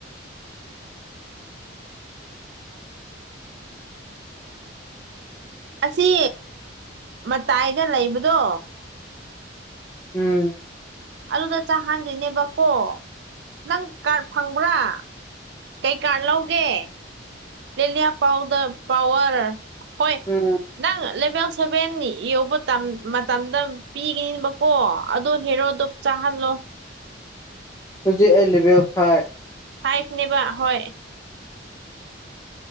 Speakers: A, on the right; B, on the left.
A: ꯑꯁꯤ ꯃꯇꯥꯏꯗ ꯂꯩꯕꯗꯣ
B: ꯎꯝ
A: ꯑꯗꯨꯗ ꯆꯥꯍꯟꯗ꯭ꯔꯤꯅꯦꯕꯀꯣ ꯅꯪ ꯀꯥꯔꯠ ꯐꯪꯕ꯭ꯔꯥ ꯀꯩꯀꯥꯔ ꯂꯧꯒꯦ ꯂꯂꯤꯌꯥ ꯄꯥꯎꯗꯔ ꯄꯋꯥꯔ ꯍꯣꯏ
B: ꯎꯝ
A: ꯅꯪ ꯂꯕ ꯁꯚꯦꯟ ꯌꯧꯕ ꯃꯇꯝꯗ ꯄꯤꯒꯅꯤꯕꯀꯣ ꯑꯗ ꯍꯦꯔꯣꯗꯞ ꯆꯥꯍꯜꯂꯣ
B: ꯍꯧꯖꯤ ꯑꯕ ꯐꯥꯏ
A: ꯐꯥꯏꯚꯅꯦꯕ ꯍ